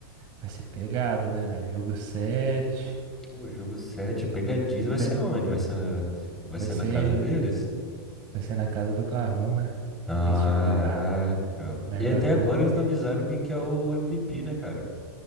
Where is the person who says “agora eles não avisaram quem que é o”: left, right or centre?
Centre